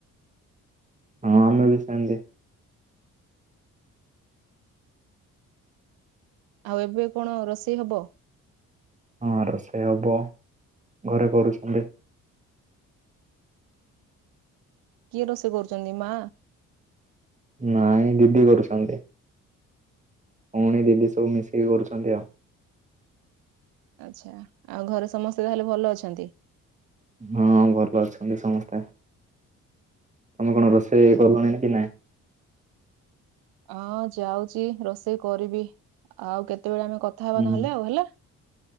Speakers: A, on the right; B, on the right.
A: ହଁ ଆମେ ବି ସେମତି।
B: ଆଉ ଏବେ କଣ ରୋଷେଇ ହବ?
A: ହଁ ରୋଷେଇ ହବ। ଘରେ କରୁଛନ୍ତି।
B: କିଏ ରୋଷେଇ କରୁଛନ୍ତି ମା?
A: ନାଇଁ ଦିଦି କରୁଛନ୍ତି। ପୁଣି ଦିଦି ସବୁ ମିଶିକି କରୁଛନ୍ତି ଆଉ।
B: ଆଚ୍ଛା ଆଉ ଘରେ ସମସ୍ତେ ତାହେଲେ ଭଲ ଅଛନ୍ତି?
A: ହଁ ଭଲ ଅଛନ୍ତି ସମସ୍ତେ। ତମେ କଣ ରୋଷେଇ କଲଣି କି ନାଇଁ?
B: ହଁ ଯାଉଛି ରୋଷେଇ କରିବି। ଆଉ କେତ୍ କେତେବେଳେ ଆମେ କଥା ହବା
A: ହୁଁ।
B: ନହେଲେ ଆଉ, ହେଲା।